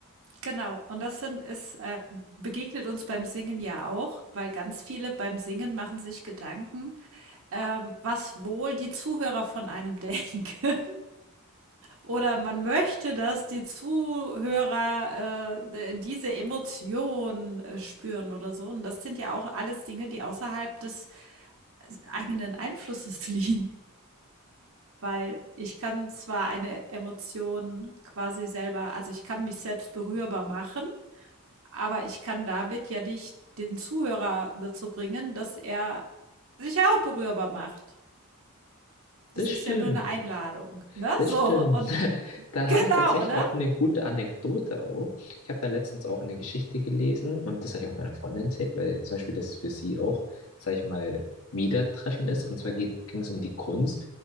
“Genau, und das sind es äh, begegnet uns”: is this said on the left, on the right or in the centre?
Right